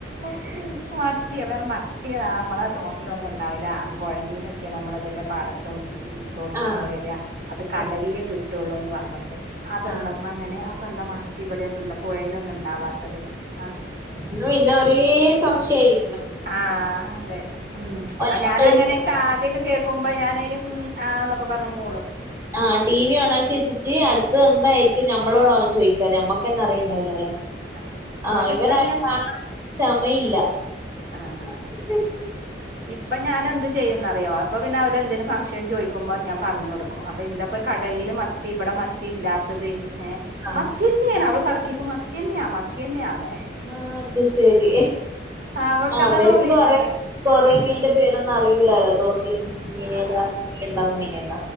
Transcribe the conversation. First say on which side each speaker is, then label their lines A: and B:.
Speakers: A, on the right; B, on the right.
A: ഉ മത്തിയോ വേറെ മത്തിയതാമ്മളെ തോട്ടിലൊന്നുണ്ടാവുല പൊഴമീനൊക്കെയലമ്മള് തില് പാട ത്തും ഉം തോട്ടിലക്കതാ
B: ആഹ്
A: വര്യാ അത് കടൽലേ
B: ഇത്
A: കിട്ടൊള്ളൂന്ന് പർഞ്ഞോ ട്ത്തെ അതെന്തം
B: ആഹ്
A: അങ്ങനെ അപ്പെന്താ മത്തി ഇവടൊന്നും ഇണ്ട പുഴയിലൊന്നും ഇണ്ടാവാത്തത് ആഹ്
B: നൂ ഇന്ന ഒരേസ് സംശയാരി
A: ആഹ് അതെ ഉം
B: ഓനെ
A: ഞാന
B: കൊണ്ട് ഒരു
A: അങ്ങനെക്ക ആദ്യൊക്ക കേക്കുമ്പൊ ഞാനയിന് ഉം ആഹ് ന്നൊക്ക പർഞ്ഞ് മൂളും
B: ആഹ് ട്ടീ വി ഓണാക്കി വെച്ട്ട് അടുത്ത എന്തായിരിക്കും ഞമ്മളോട അവൻ ചോയിക്ക ഞമ്മക്കെന്നെ അറിയണ്ടാവുലാലൊ
A: ആ എന്നിട്ട്
B: ആഹ് ഇവനെ
A: ഇപ്പൊ
B: കാണാൻ ക്ഷമയില്ല
A: ആഹ്
B: <inaudible>
A: ഇപ്പ ഞാനെന്ത് ചെയ്യുന്നറിയൊ അപ്പൊ പിന്നെ അവരെന്തേലും സംശയം ചോയിക്കുമ്പൊ ഞാൻ പറഞ്ഞൊട് ക്കു അപ്പൊ എന്താപ്പ കടൽല് മത്തി ഇവടെ മത്തി ഇല്ലാത്തത് ഏഹ്
B: ആഹ്
A: മത്തിയെന്നേണ് അവള് തർക്കിക്കും മത്തിയെന്ന്യാ മത്തിയെന്ന്യാന്ന്
B: ആഹ് അത് ശരി
A: അവക്കതാ
B: അവർക്ക്
A: തോന്നിയിട്ടുണ്ടോ
B: കൊറേ കൊറേ മീൻന്റെ
A: ആഹ്
B: പേര് അറിയൂലാലൊ തോട്ട്ലെ മീനേത
A: ആഹ്
B: <unintelligible> ണ്ടാവ്ന്ന മീനേത